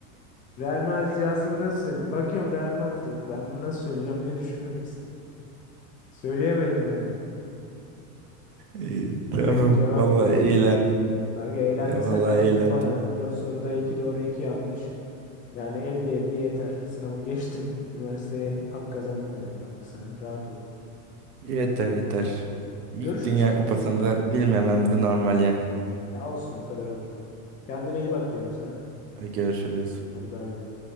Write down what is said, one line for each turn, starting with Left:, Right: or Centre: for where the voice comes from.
Left: Real Madrid yazdı nasıl söyleyeyim? Bakıyorum Real Madrid. Yok ben bunu nasıl söyleyeceğim diye düşündüm iki saat. Söyleyemedim yani.
Right: İyi, Tamam.
Left: Direkt cevaptı.
Right: Vallahi eğlendim.
Left: Kanka eğlendiysen
Right: Ya vallahi
Left: ne mutlu
Right: eğlendim.
Left: bana. 4 soruda 2 doğru 2 yanlış. Yani elli elli yeter. Sınavı geçtin. Üniversiteye hak kazandın diyorum kanka sana. Rahat ol.
Right: Yeter yeter. İlk
Left: Görüşürüz
Right: Dünya
Left: kanka.
Right: Kupası'nda bilmemem de normal yani.
Left: Ya olsun o kadar olur. Kendine iyi bak diyorum sana.
Right: Hadi görüşürüz.
Left: Hadi bay bay.